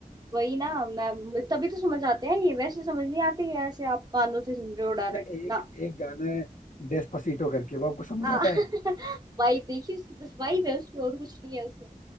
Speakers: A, on the right; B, on the left.
A: वही ना मैं तभी तो समझ आते हैं ये वैसे समझ नहीं आती है ऐसे आप कानों से सुन रहे हो डायरेक्ट
B: या एक
A: ना
B: एक गाना है डेस्पासीटो करके वो आपको समझ
A: वाइब
B: आता है
A: <laughs> देखिए उसकी बस वाइब है उसमें और कुछ नहीं है उसमें